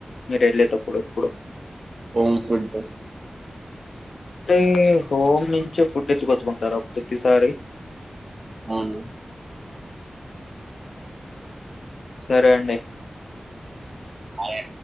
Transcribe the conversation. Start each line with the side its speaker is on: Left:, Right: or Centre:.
Left: మీరు ఎళ్ళేతప్పుడు ఎప్పుడు
Right: హౌస్ ఫుడ్
Left: టే హోమ్ నించే ఫుడ్ ఎత్తుకొచ్చుకుంటారా ప్రతిసారి
Right: ఊను
Left: సరే అండి
Right: మాఏ